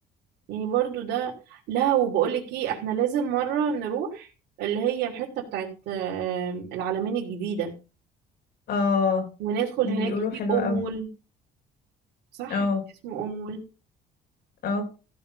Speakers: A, on the right (about 85°); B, on the left (about 65°).
A: يعني برضو ده لا وبقولك ايه احنا لازم مرة نروح اللي هي الحتة بتاعت آم، العلمين الجديدة
B: اه
A: وندخل
B: دي
A: هناك
B: بيقولوا
A: مم. في
B: حلوة
A: أمول
B: قوي
A: صح
B: اه
A: اسمه أمول
B: اه